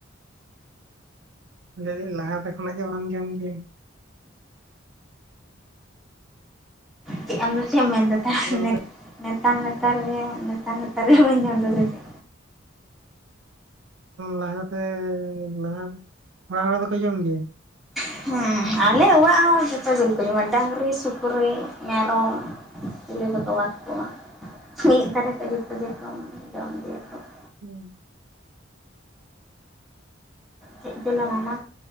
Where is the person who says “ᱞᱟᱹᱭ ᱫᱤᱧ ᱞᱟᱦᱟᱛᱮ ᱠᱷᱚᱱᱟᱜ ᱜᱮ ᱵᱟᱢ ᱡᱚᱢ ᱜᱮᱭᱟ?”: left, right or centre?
Right